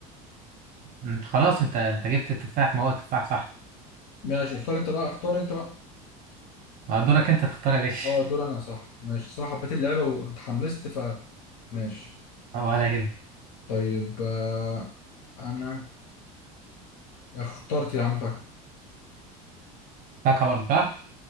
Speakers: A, on the right; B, on the left.
A: انت خلاص انت انت جبت التفاح ما هو التفاح صح
B: ماشي اختار انت بقى اختار انت بقى
A: ما هو دورك انت تختار يا باشا
B: اه دور انا صح ماشي صراحة حبيت اللعبة واتحمست ف ماشي
A: <laughs> ولا يهم
B: طيب آه، انا اخترت يا عم فاكر
A: فاكهة برضه صح